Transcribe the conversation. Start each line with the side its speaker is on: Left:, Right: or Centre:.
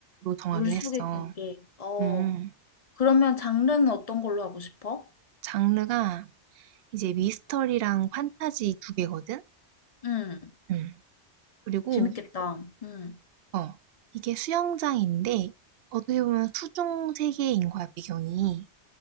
Right: 정하긴
Left: 물속의
Right: 했어.
Left: 경계. 어,
Right: 음,
Left: 그러면 장르는 어떤 걸로 하고 싶어?
Right: 장르가 이제 미스터리랑 판타지 두 개거든?
Left: 응,
Right: 음, 그리고,
Left: 재밌겠다. 응.
Right: 어, 이게 수영장인데, 어떻게 보면 수중 세계인 거야, 배경이.